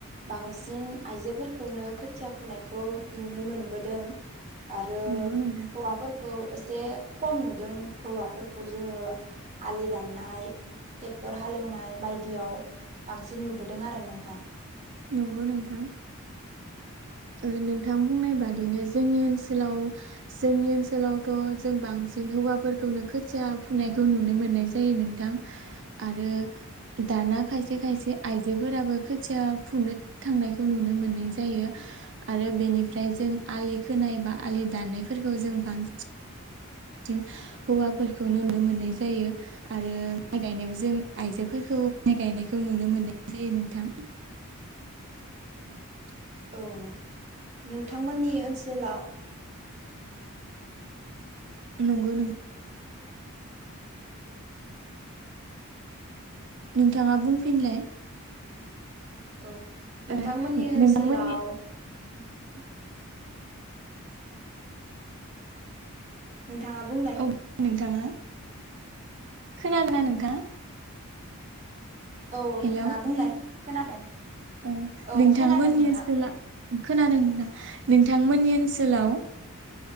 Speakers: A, on the right (about 30°); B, on the right (about 55°).
A: बांसिन आइजोफोरखौनो खोथिया फुनायखौ नुनो मोनबोदों। आरो
B: नंगौ नोंथां
A: हौवाफोरखौ एसे खम नुदों हौवाफोरखौ जोङो आलि दाननाय टेक्टर हालेवनाय बायदियाव बांसिन नुबोदों आरो नोंथां।
B: नंगौ नोंथां ओ नोंथां बुंनाय बादि बिदिनो जोंनि ओनसोलाव जोंनि ओनसोलावथ जों बांसिन हौवाफोरखौनो खोथिया फुनायखौ नुनो मोननाय जायो नोंथां आरो दाना खायसे खायसे आइजोफोराबो खोथिया फुनो थांनायखौ नुनो मोननाय जायो आरो बेनिफ्राय जों आलि खोनाय बा आलि दाननायफोरखौ जों बांसिन बांसिन हौवाफोरखौ नुनो मोननाय जायो आरो माइ गायनायाव जों आइजोफोरखौ माइ गायनायखौ नुनो मोननाय जायो नोंथां <inaudible>
A: औ नोथां नोंथांमोननि ओनसोलाव
B: नोंगौ नों
A: <unintelligible>
B: नोंथाङा बुंफिनलाय
A: औ नोंथांमोननि
B: ओ
A: ओनसोलाव
B: नोंथांमोननि
A: <inaudible> नोंथाङा बुंलाय
B: औ नोंथाङा खोनादोंना नोंथाङा
A: औ
B: हेलौ
A: नोंथाङा बुंलाय खोनादों
B: ओ
A: औ
B: नोंथांमोननि
A: खोनादों नोंथां
B: ओनसोला खोनादों नोंथांमोननि ओनसोलाव